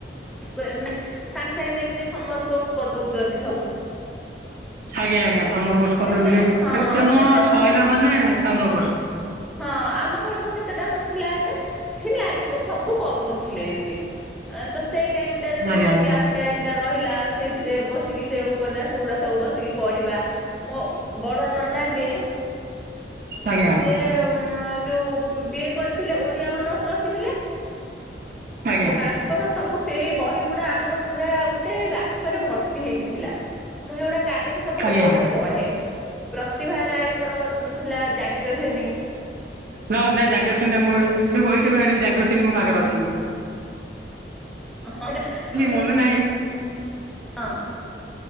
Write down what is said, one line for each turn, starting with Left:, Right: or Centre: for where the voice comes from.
Centre: ପେ ମେ ସାଙ୍ଗେ ସାଙ୍ଗେ ଯେମିତି ସମର କୋର୍ସ କରିଦଉଛନ୍ତି ସବୁ।
Right: ଆଜ୍ଞା ଆଜ୍ଞା ସମର କୋର୍ଷ କରିଦେଉଥିଲେ
Centre: ସେତେ ହଁ
Right: ଏକ୍ଜାମ୍
Centre: ସେତେବେଳକୁ
Right: ସରିଲା ମାନେ ସମର କୋର୍ସ।
Centre: ହଁ ଆମ ବେଳକୁ ସେତେଟା ନଥିଲା ଏତେ ଥିଲା ଏମିତି ସବୁ କରୁନଥୁଲେ ଏମିତି। ଆଁ ତ ଟାଇମ ଟାରେ ଯୋଉ
Right: ଆଜ୍ଞା ଆଜ୍ଞା
Centre: ଗ୍ୟାପ ଟାଇମ ଟା ରହିଲା ସେଇଥିରେ ବସିକି ସେ ଉପନ୍ୟାସ ଗୁଡା ସବୁ ବସ କି ପଢିବା ମୋ ବଡ ନନା ଯିଏ।
Right: ଆଜ୍ଞା
Centre: ସିଏ ଉଁ ଯୋଉ ବି ଏ କରିଥିଲେ ଓଡିଆ ଅନର୍ସ ରଖିଥିଲେ
Right: ଆଜ୍ଞା
Centre: ତ ତାଙ୍କର ସବୁ ସେଇ ବହି ଗୁଡା ଆମର ପୁରା ଗୋଟେ ବାକ୍ସରେ ଭର୍ତ୍ତି ହେଇକି ଥିଲା ମୁଁ ହେଗୁଡା କାଢ଼ିକି ସବୁ ଗୋଟେ
Right: ଆଜ୍ଞା।
Centre: ଗୋଟେ ପଢେ। ପ୍ରତିଭା ରାୟଙ୍କର ଉଁ ଥିଲା ଯାଜ୍ଞ ସେନୀ।
Right: ନାଇ ନାଇ ଯାଜ୍ଞ ସେନି ଟା ମୁଁ ସେ ବହିଟା ବି ଆଣିଚି ଯାଜ୍ଞ ସେନୀ ମୋ ପାଖରେ ଅଛିି ବ।
Centre: ହଁ ସେଇଟା ଉଁ
Right: ମନେ ନାହିଁ
Centre: ହଁ।